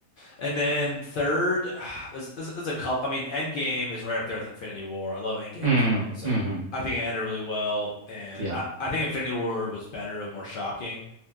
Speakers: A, on the left; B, on the right.
A: and then third <sighs> there's, there's, there's a couple I mean Endgame is right up there with Infinity War. I love Endgame
B: Mm.
A: as well. It's like
B: hmm
A: I think it ended really well and
B: Yeah.
A: I, I think Infinity War was better and more shocking.